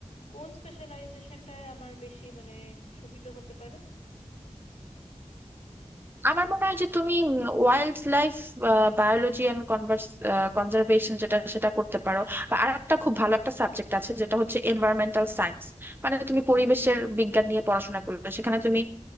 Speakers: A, on the left; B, on the right.
A: কোন স্পেশালাইজেশনটায় আমার বেশি মানে সুবিধা হতে পারে
B: আমার মনে হয় যে তুমি wildlife biology and কনভার্স conservation যেটা সেটা করতে পারো আর একটা খুব ভালো একটা সাবজেক্ট আছে যেটা হচ্ছে এনভায়রনমেন্টাল সায়েন্স মানে তুমি পরিবেশের বিজ্ঞান নিয়ে পড়াশোনা করলে সেখানে তুমি